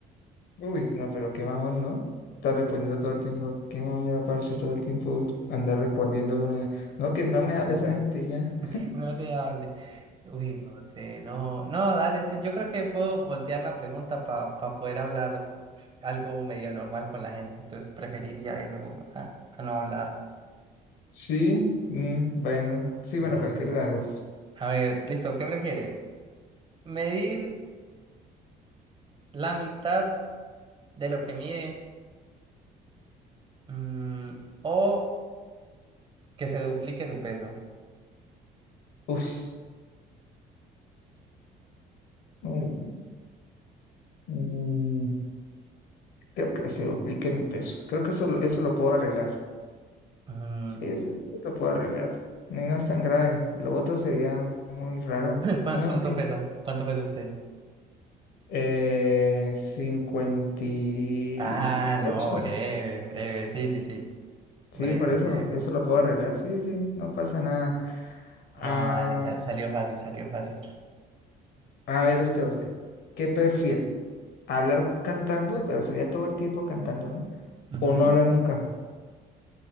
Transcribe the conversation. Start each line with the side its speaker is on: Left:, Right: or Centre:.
Left: Uy, no, pero qué mamón, ¿no? Estar respondiendo todo el tiempo. Qué mamera, parce, todo el tiempo andar respondiendo una. No, que no me
Right: No,
Left: hable esa gente y ya.
Right: <laughs> no le hable. Uy, no sé, no, no, dale, sí, yo creo que puedo voltear la pregunta para poder hablar algo medio normal con la gente, entonces preferiría eso a, a no hablar.
Left: Sí, mm, bueno. Sí,
Right: Bueno.
Left: bueno, cualquiera de las dos.
Right: A ver, listo, ¿qué prefiere? ¿Medir la mitad de lo que mide? Mm, o que se duplique su peso.
Left: Uf. Mm, mm. Creo que se duplique mi peso. Creo que eso, lo- eso lo puedo arreglar.
Right: Mm,
Left: Sí, eso, eso lo puedo arreglar. No, no es tan grave. Lo otro sería muy raro.
Right: ¿Cuán-
Left: No,
Right: ¿Cuánto
Left: sí.
Right: pesa? ¿Cuánto pesa usted?
Left: Eh, cincuenta y
Right: Ah, no,
Left: ocho
Right: breve, breve, sí, sí, sí, breve,
Left: Sí, por eso.
Right: breve.
Left: Eso lo puedo arreglar. Sí, sí, no pasa nada. Ah,
Right: No, dale, sa- salió fácil, salió fácil.
Left: a ver usted, usted. ¿Qué prefiere? ¿Hablar cantando, pero sería todo el tiempo cantando, ¿no?
Right: Ujú.
Left: ¿O no hablar nunca?